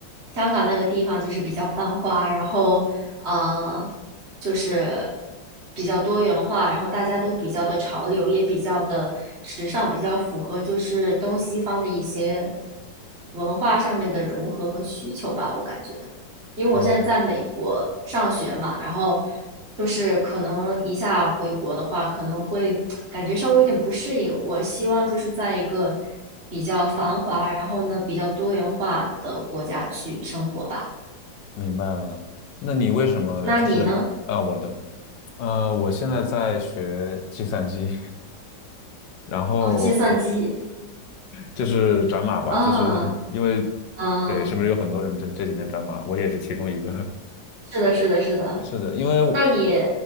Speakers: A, on the right; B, on the left.
A: 香港那个地方就是比较繁华，然后。呃。就是比较多元化，然后大家都比较的潮流，也比较的时尚，比较符合就是东西方的一些文化上面的融合和需求吧，我感觉。因为我现在在美国上学嘛，
B: 啊、
A: 然后就是可能一下回国的话，可能会感觉稍微有点不适应。我希望就是在一个比较繁华，然后呢比较多元化的国家去生活吧。
B: 明白了。那你为什么就是啊、
A: 那你呢？
B: 我的，呃，我现在在学计算机，<laughs> 然后
A: 哦，计算机
B: 就是转码吧，
A: 啊，
B: 就是因为
A: 嗯，
B: 对，是不是有很多人这这几年转码？我也是其中一个。
A: 是的，是的，是的。
B: <laughs> 是的，因为我
A: 那你